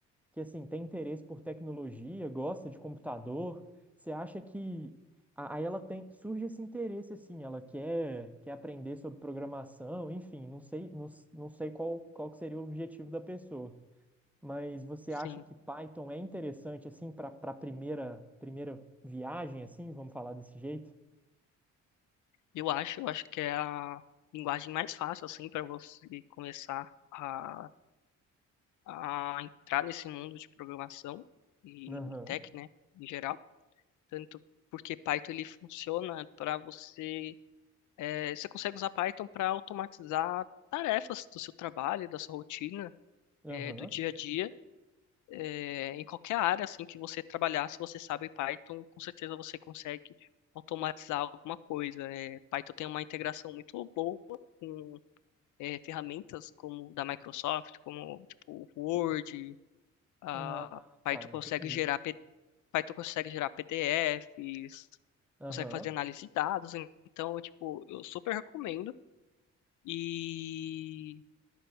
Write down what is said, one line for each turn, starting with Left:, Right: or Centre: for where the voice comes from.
Centre: que assim tem interesse por tecnologia, gosta de computador, você acha que a- aí ela tem surge esse interesse assim, ela quer quer aprender sobre programação, enfim, não sei não, s- não sei qual qual que seria o objetivo da pessoa, mas você
Left: Sim,
Centre: acha que Python é interessante assim para para primeira primeira viagem assim, vamos falar desse jeito?
Left: eu acho, eu acho que é a linguagem mais fácil assim para você começar a, a entrar nesse mundo de programação e
Centre: Aham,
Left: tech, né, em geral. tanto porque Python ele funciona para você, é, você consegue usar Python para automatizar tarefas do seu trabalho, da sua rotina,
Centre: aham.
Left: é, do dia a dia, é, em qualquer área assim que você trabalhar, se você sabe Python, com certeza você consegue automatizar alguma coisa. É, Python tem uma integração muito boa com é, ferramentas como da Microsoft, como tipo Word, a
Centre: Ah,
Left: Python
Centre: tá,
Left: consegue
Centre: entendi.
Left: gerar P D F Aí tu consegue gerar PDFs,
Centre: Aham.
Left: consegue fazer análise de dados, então, tipo, eu super recomendo. E